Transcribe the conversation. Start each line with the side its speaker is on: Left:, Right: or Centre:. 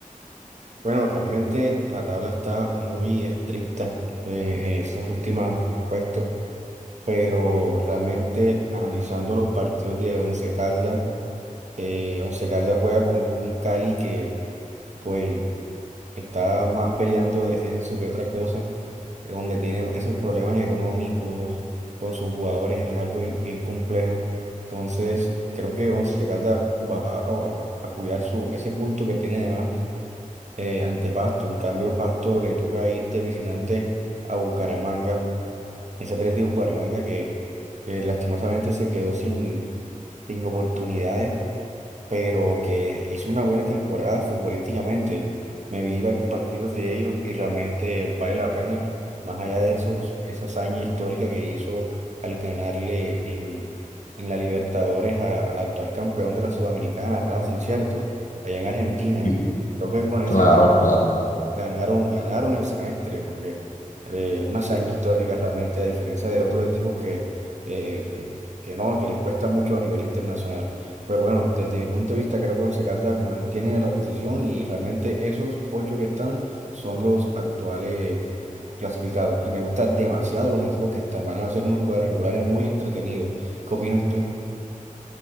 Right: Bueno, realmente la tabla está muy estricta eh, en esos últimos puestos, pero realmente analizando los partidos de Once Caldas, eh, Once Caldas juega con un Cali que, pues, está más peleando descenso que otra cosa, eh, donde tiene esos problemas económicos con sus jugadores, es algo bi- bien complejo. Entonces, creo que Once Caldas va a, a cuidar su, ese punto que tiene de más eh, ante Pasto. En cambio, Pasto le toca ir de visitante a Bucaramanga, ese Atlético de Bucaramanga que, que lastimosamente se quedó sin, sin oportunidades pero que hizo una buena temporada futbolísticamente. Me vi varios partidos de ellos y realmente vale la pena, más allá de esos, esa hazaña histórica que hizo al ganarle en, en la Libertadores a- al actual campeón de la Sudamericana, Racing, ¿cierto? Allá en Argentina.
Left: Sí.
Right: Creo que con ese
Left: Claro,
Right: partido
Left: claro.
Right: ganaron, ganaron el semestre, porque eh, una hazaña histórica realmente, a diferencia de otros equipos que, eh, que no, que les cuesta mucho a nivel internacional. Pero bueno, desde mi punto de vista, creo que Once Caldas mantiene la posición y realmente esos ocho que están son los actuales clasificados. Y me gustan demasiado los equipos que están. Van a hacer unos cuadrangulares muy entretenidos. ¿Qué opinas tú?